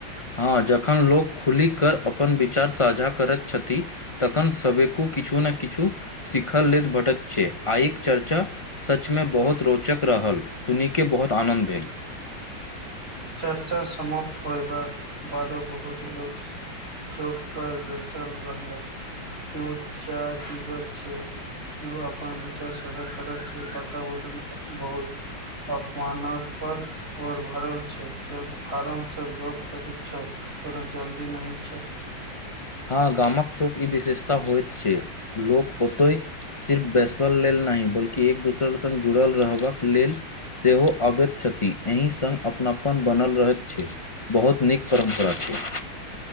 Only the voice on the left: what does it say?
हँ जखन लोक खुलि कर अपन विचार साझा करैत छथि तखन सभ किछु न किछु शिखल ले भटक छै आ एक चर्चा सचमे बहुत रोचक रहल सुन कऽ बहुत आनन्द भेल
हँ गामक चौक ई विशेषता होइत छै लोक ओतय सिर्फ बैसल लेल नहि बल्कि एक दोसर संग जुड़ल रहबाक लेल सेहो अबैत छथि एहि सन अपना अपन बनल रह छै बहुत नीक परम्परा छै